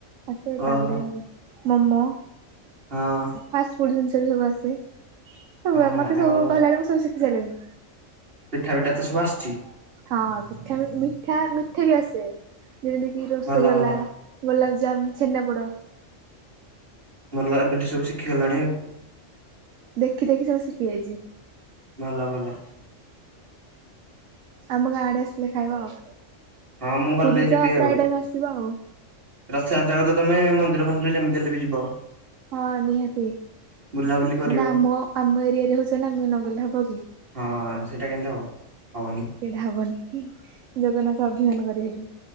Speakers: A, on the right (about 80°); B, on the right (about 45°).
A: ଆସେ
B: ଓହୋ
A: ତାପରେ ମ ମ
B: ହଁ।
A: ଫାଷ୍ଟଫୁଡ ଜିନିଷ ବି ସବୁ ଆସେ, ସବୁ
B: ଅ
A: ମତେ
B: ଆଉ
A: ସବୁ କହିଲା ବେଳେ ମୁଁ ସବୁ ଶିଖି ସାଇଲେଣିି।
B: ପିଠା ପିଠା ତ ସବୁ ଆସିଛି?
A: ହଁ ପିଠା, ମିଠା ମିଠା ବି ଆସେ ଯେମିତି କିି ରସଗୋଲା।
B: ଭଲ ଭଲ
A: ଗୋଲାପଜାମୁ, ଛେନାପୋଡ଼
B: ମୋ ଲଭ୍ ଏଠି ସବୁ ଶିଖି ଗଲାଣି ଆଉ।
A: ଦେଖି ଦେଖି ସବୁ ଶିଖି ଯାଇଛି।
B: ଭଲ ଭଲ।
A: ଆମ ଗାଁ ଆଡେ ଆସିଲେ ଖାଇବ ଆଉ।
B: ହଁ ମୁଁ ଗଲେ
A: ପୁରୀ
B: ଯିବି
A: ତ
B: ଆଉ
A: ପ୍ରାୟ ଟାଇମ ଆସିବ ଆଉ।
B: ରଥଯାତ୍ରାକୁ ତ ତମେ, ମନ୍ଦିର ଫନ୍ଦିର ଯେମିତି ହେଲେ ବି ଯିବ।
A: ହଁ ନିହାତି,
B: ବୁଲାବୁଲି କରିବ
A: ମାନେ ଆମ ଆମ ଏରିଆରେ ହଉଛ ନା ମୁଁଇ ନଗଲେ ହବ କି?
B: ହଁ ସେଇଟା କେମିତି ହବ, ହବନି?
A: ସେଇଟା ହବନି, ଜଗନ୍ନାଥ ଅଭିମାନ କରିବେ ହେଠୁ।